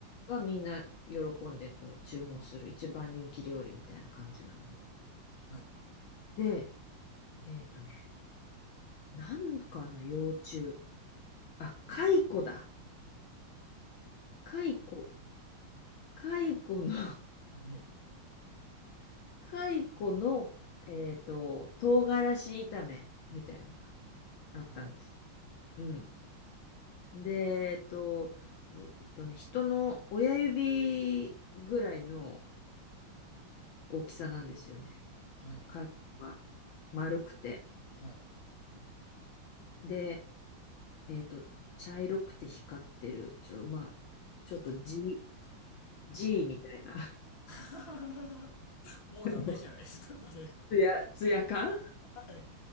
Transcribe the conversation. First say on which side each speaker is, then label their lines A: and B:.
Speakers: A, on the left; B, on the left.
A: はみんな喜んでこう注文する一番人気料理みたいな感じなの。
B: はい、
A: で、えっとね、なんかの幼虫。あ、蚕だ。蚕。蚕の
B: はい、
A: <laughs> 蚕の、えっと、唐辛子炒めみたいのがあったんですよ。
B: はい、はい、
A: うん。で、えっと、うんとね、人の親指ぐらいの大きさなんですよね。
B: はい、
A: 貝は丸くて。
B: はい。
A: で、えっと、茶色くて光ってる、ちょ、まあ、
B: 光っ
A: ちょっと G、
B: てるんだ。
A: G
B: はい。
A: みたいな、
B: <laughs> もうダメじゃないですか、
A: <laughs>
B: それ。
A: ツヤ、ツヤ感
B: はい、